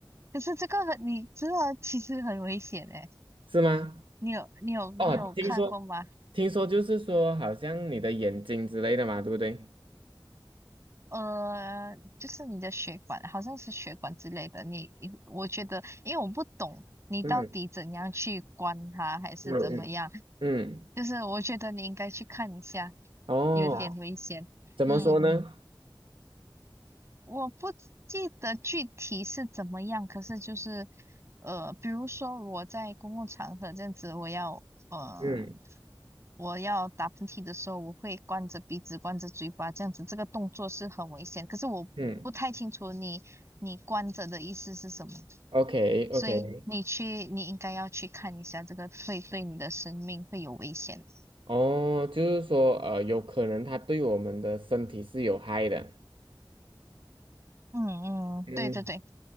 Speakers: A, on the right (about 35°); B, on the right (about 85°).
A: 可是这个很，你知道其实很危险诶。
B: 是吗？
A: 你有你有你有看过吗？
B: 哦，听说听说就是说好像你的眼睛之类的嘛，对不对？
A: 呃，就是你的血管，好像是血管之类的。你，我觉得，因为我不懂你到底怎样去关它，
B: 嗯
A: 还是怎么样，
B: 嗯嗯嗯，
A: 就是我觉得你应该去看一下，
B: 哦，
A: 有点危险。
B: 怎么说呢？
A: 嗯。我不记得具体是怎么样，可是就是，呃，比如说我在公共场合这样子，我要呃，
B: 嗯
A: 我要打喷嚏的时候，我会关着鼻子、关着嘴巴，这样子，这个动作是很危险。可是我不太清楚你你关着的意思是什么，
B: 嗯，OK
A: 所以你去你应该要去看一下，
B: OK。
A: 这个会对你的生命会有危险。
B: 哦，就是说，呃，有可能它对我们的身体是有害的。
A: 嗯嗯，
B: 嗯
A: 对对对，